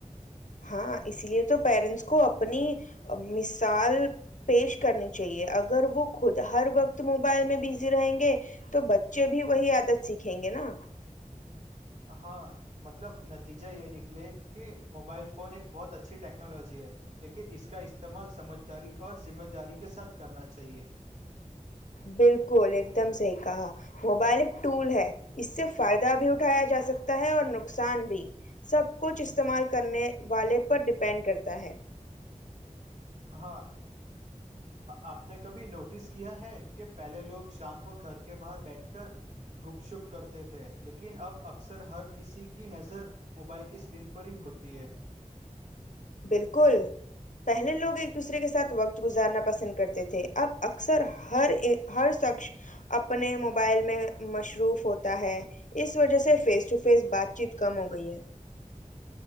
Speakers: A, on the left; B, on the right.
A: ہاں اس لیے تو پیرنٹس کو اپنی مثال پیش کرنی چاہیے اگر وہ خود ہر وقت موبائل میں بزی رہیں گے تو بچے بھی وہی عادت سیکھیں گے نا
B: ہاں مطلب نتیجہ یہ نکلے کہ موبائل فون ایک بہت اچھی ٹیکنالوجی ہے لیکن اس کا استعمال سمجھداری اور ذمہ داری کے ساتھ کرنا چاہیئے
A: بالکل ایک دم صحیح کہا موبائلک ٹول ہے اس سے فائدہ بھی اٹھایا جا سکتا ہے اور نقصان بھی سب کچھ استعمال کرنے والے پر ڈیپینڈ کرتا ہے
B: ہاں آپ نے کبھی نوٹس کیا ہے کہ پہلے لوگ شام کو گھر کے باہر بیٹھ کر گپ شپ کرتے تھے لیکن اب اکثر ہر کسی کی نظر موبائل کی اسکرین پر ہی ہوتی ہے
A: بالکل پہلے لوگ ایک دوسرے کے ساتھ وقت گزارنا پسند کرتے تھے اب اکثر ہر ہر شخص اپنے موبائل میں مصروف ہوتا ہے اس وجہ سے فیس ٹو فیس بات چیت کم ہو گئی ہے